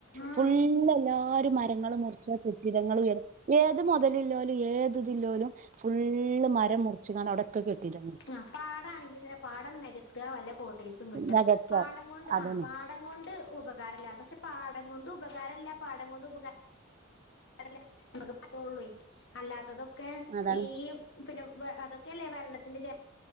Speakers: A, on the left (about 60°); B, on the right (about 35°).
A: ആഹ്
B: ഫുള്ള് എല്ലാരും മ രങ്ങൾ മുറിച്ച കെട്ടിടങ്ങൾ ഉയരും ഏത് മുതലില്ലോലും ഏത് ഇതില്ലലും ഫുള്ള് മരം മുറിച്ച്ക്കാണ്ട് അവിടൊക്കെ കെട്ടിട
A: ആഹ പാട ആണെങ്കിൽ ഇന്നെ പാടം നികത്തുക വല്ല കോട്ടേസും കിട്ടുക
B: നികത്ത
A: പാടം കൊണ്ട്
B: അതന്നെ
A: ആ പാട പാടം കൊണ്ട് ഉപകാരല്ല പക്ഷെ പാഠം കൊണ്ട് ഉപകാരല്ല പാടം കൊണ്ട് ഉപകാര <unintelligible> അല്ലാത്തതൊക്കെ
B: അതാണ്
A: ഈ പിന്നെ അതൊക്കല്ലെ വെള്ളത്തിന്റെ ജെ